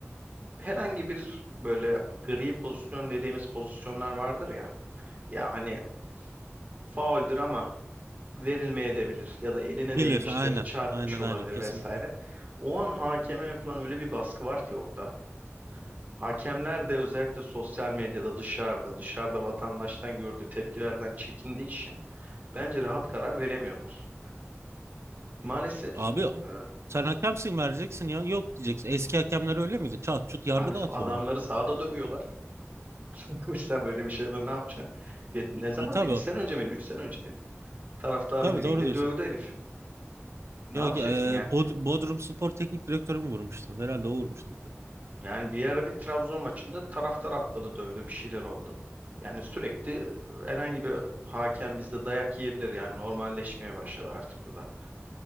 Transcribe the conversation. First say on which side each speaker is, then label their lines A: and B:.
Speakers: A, on the right; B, on the right.
A: herhangi bir böyle gri pozisyon dediğimiz pozisyonlar vardır ya. Ya hani fauldür ama verilmeyebilir ya da eline
B: Bilir,
A: değmiştir,
B: aynen.
A: çarpmış
B: Aynen
A: olabilir
B: aynen kesinlikle.
A: vesaire. O an hakeme yapılan öyle bir baskı var ki orada. Hakemler de özellikle sosyal medyada dışarıda, dışarıda vatandaştan gördüğü tepkilerden çekindiği için bence rahat karar veremiyorlar. Maalesef
B: Abi
A: e,
B: sen hakemsin vereceksin ya. Yok diyeceksin. Eski hakemler öyle miydi? Çat çut yargı
A: abi
B: dağıtıyorlar.
A: adamları sahada dövüyorlar. <laughs> Sen böyle bir şeyde ne yapacaksın? Ge- Ne zaman?
B: E, tabii,
A: İki sene önce miydi? Üç sene önce miydi? Taraftarın
B: tabii
A: birliğinde
B: doğru diyorsun.
A: dövdü herif. Ne
B: Yok
A: yapacaksın
B: e,
A: yani?
B: Bod- Bodrum Spor Teknik Direktörü mü vurmuştu? Herhalde o vurmuştu.
A: Yani bir ara bir Trabzon maçında taraftar atladı dövdü bir şeyler oldu. Yani sürekli herhangi bir hakem bizde dayak yiyebilir yani normalleşmeye başladı artık bu da.